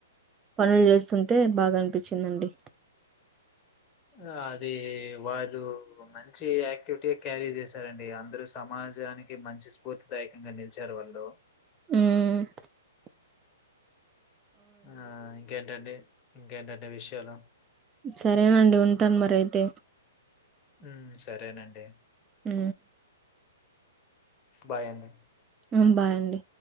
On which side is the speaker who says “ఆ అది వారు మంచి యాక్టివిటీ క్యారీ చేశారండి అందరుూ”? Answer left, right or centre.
Left